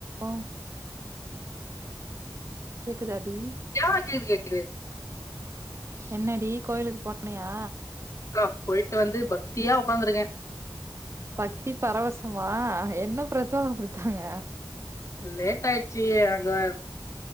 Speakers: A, on the right; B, on the left.
A: ஒ கேக்குதா டி
B: யா அது கேக்குது
A: என்னாடி கோயிலுக்கு போனியா
B: கா போயிட்டு வந்து பக்தியா உக்காந்துருக்க
A: பக்தி பரவசமா என்ன பிரசாத குடுத்தாங்க
B: லேட்டாச்சி அதா